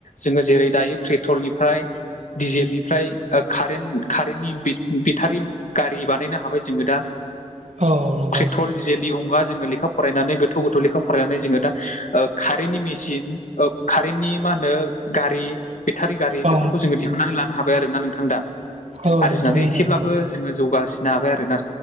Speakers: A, on the left (about 75°); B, on the right (about 60°).
A: जोङो जेरै दायो पेट्रलनिफ्राय दिडिजेलनिफ्राय कारेन्ट कारेन्टनि बेटारि गारि बानायनो हाबाय जोङो दा
B: औ
A: पेट्रलडिजेल नि अंगा जोङो लेखा फरायनानै गोथौ गोथौ लेखा फरायनानै जोङो दा खारेनन्टनि मेसिन कारेन्टनि मा होनो गारि बेटारि गारि
B: औ
A: बेफोरखौ जोङो दिहुननानै लानो हाबाय आरो ना नोंथां दा
B: औ नोंथां
A: आरजिनानै
B: नंगौ
A: एसेब्लाबो
B: नंगौ
A: जोङो जौगासिनो नो हाबाय आरो ना